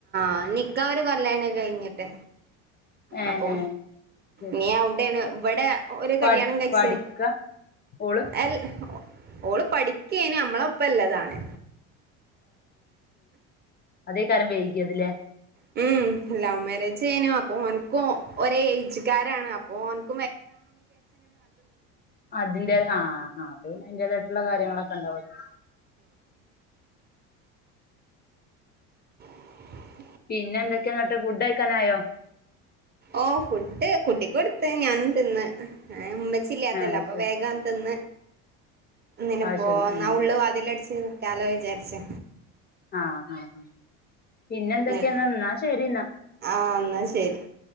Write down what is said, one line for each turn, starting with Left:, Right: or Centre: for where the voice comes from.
Right: ആ നിക്കഖ് ഒരു കൊല്ലായണ് കഴിഞ്ഞിട്ട്
Left: ഏഹ്
Right: അപ്പൊ
Left: ഏഹ് ശരി
Right: നീ അവിടെയാണ് ഇവിടെ ഒരു കല്യാണം
Left: പഠി
Right: കഴച്ച്
Left: പഠിക്കാ ഓള്
Right: എല് ഓള് പഠിക്കേന് നമ്മളൊപ്പല്ലതാണ്
Left: അതേ കാരം വേക്ക <unintelligible> അതില്ലെ
Right: മം ലവ് മാരേജ് ചെയ്യനു അപ്പൊ ഓനക്ക് ഒരേ ഏജുകാരാണ് അപ്പൊ ഓൻ -
Left: അതിന്റെ ആ ആ പിന്നെ അതിന്റേതായിട്ടുള്ള കാര്യങ്ങളൊക്കെ ഉണ്ടാവല്ലോ
Right: <unintelligible>
Left: പിന്നെ എന്തൊക്കെയാ ഫുഡ് കഴിക്കാനായോ
Right: ഓ ഫുഡ് കുട്ടിക്ക് കൊടുത്ത് ഞാനും തിന്ന് ഉമ്മച്ചില്ലാത്തല്ലോ
Left: ആ
Right: അപ്പൊ
Left: ശരി
Right: വേഗം തിന്ന് ഇന്നിനപ്പോ
Left: ആ ശരി
Right: എന്നാ
Left: ആ
Right: ഉള്ളു അതില അടിച്ച് നിക്കാലോ വിചാരിച്ചേ
Left: ആ ആ ആ പിന്നെ എന്തൊക്കെയാ
Right: ന്നൻ
Left: എന്നാ ശരി എന്നാ
Right: ആ എന്നാ ശരി